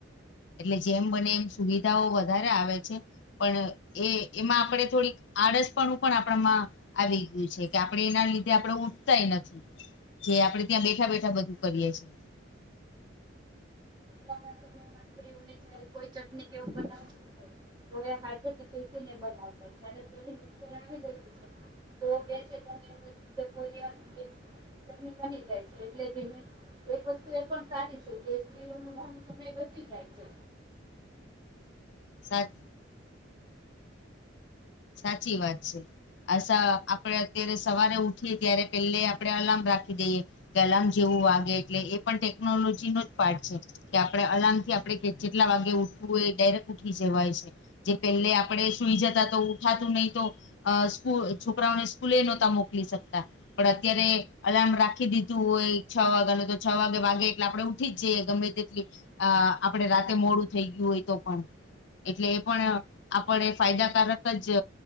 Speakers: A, on the left; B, on the right.
A: એટલે જેમ બને એમ સુવિધાઓ વધારે આવે છે, પણ એ એમાં આપણે થોડીક આળસપણું પણ આપણામાં આવી ગયું છે, કે આપણે એના લીધે આપડે ઉઠ ઉઠતા ય નથી જે આપડે ત્યાં બેઠા બેઠા બધું કરીએ છીએ.
B: પહેલા ના સમયમાં સ્ત્રીઓનેજયારે કોઈ ચટણી કે એવું બનાવુંહોય તો એ હાથેથી પીસી ને બનાવતા જ્યારે અત્યારે મિક્સર આવી ગયું છે. તો બે સેકન્ડ ની અંદર <unintelligible> ચટની બની જાય છે. એટલે ધીમે એક વસ્તુ એ પણ સારી છે કે સ્ત્રી ઓ નો ઘણો સમય બચી જાય છે.
A: સાચી સાચી વાત છે. અચ્છા આપડે અત્યારે સવારે ઉઠીએ ત્યારે પેલે આપણે અલાર્મ રાખી દઈએ. એલાર્મ જેવું વાગે એટલે એ પણ ટેકનોલોજી નો જ પાર્ટ છે. કે આપણે અલારમ થી આપણે જેટલા વાગે ઉઠવું હોય એ ડાયરેક્ટ ઉઠી જવાય છે. જે પેલે આપણેે સુઈ જતા તો ઉઠાતું નહી તો સ્કૂલ છોકરાઓને સ્કૂલે નહોતા મોકલી શકતા. પણ અત્યારે અલાર્મ રાખી દીધું હોય છ વાગ્યા નો તો છ વાગે વાગે એટલે આપડે ઉઠી જ જઇએ ગમે તેટલી આપણેે રાતે મોડું થઈ ગયું હોય તો પણ એટલે એ પણ આપણે ફાયદાકારક જ